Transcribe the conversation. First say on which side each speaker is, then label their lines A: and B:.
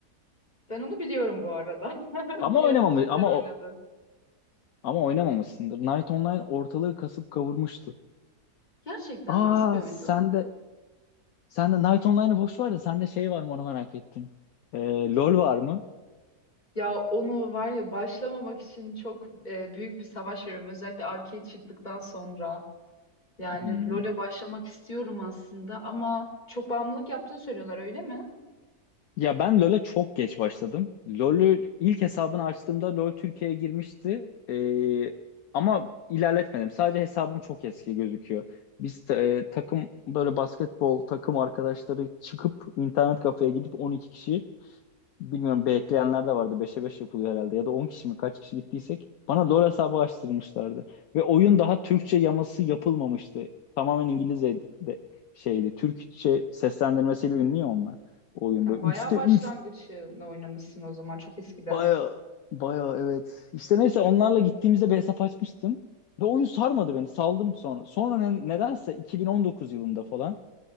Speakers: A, on the left; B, on the left.
A: Ben onu biliyorum bu arada. <laughs>
B: Ama
A: Bir
B: oynamamış
A: ara Türkler
B: ama
A: oynadı.
B: o ama oynamamışsındır. Night Online ortalığı kasıp kavurmuştu.
A: Gerçekten
B: Aa
A: nasıl bir oyundu?
B: sen de sen de Night Online'ı boş ver de sende şey var mı onu merak ettim. Ee, LoL var mı?
A: Ya onu var ya başlamamak için çok e, büyük bir savaş veriyorum. Özellikle arcade çıktıktan sonra. Yani
B: Hmm.
A: LoL'e başlamak istiyorum aslında ama çok bağımlılık yaptığını söylüyorlar öyle mi?
B: Ya ben LoL'e çok geç başladım. LoL'ü ilk hesabını açtığımda LoL Türkiye'ye girmişti. Ee, ama ilerletmedim. Sadece hesabım çok eski gözüküyor. Biz e, takım böyle basketbol takım arkadaşları çıkıp internet kafeye gidip 12 kişi Bilmiyorum bekleyenler de vardı. beşe 5 yapılıyor herhalde. Ya da 10 kişi mi kaç kişi gittiysek bana LoL hesabı açtırmışlardı. Ve oyun daha Türkçe yaması yapılmamıştı. Tamamen İngilizce de şeydi. Türkçe seslendirmesiyle ünlü ya onlar. O oyun
A: Sen
B: böyle
A: bayağı
B: üçte
A: başlangıcını
B: 3
A: oynamışsın o zaman çok eskiden.
B: baya baya evet. İşte neyse onlarla gittiğimizde bir hesap açmıştım. Ve oyun sarmadı beni. Saldım sonra. Sonra ne- nedense 2019 yılında falan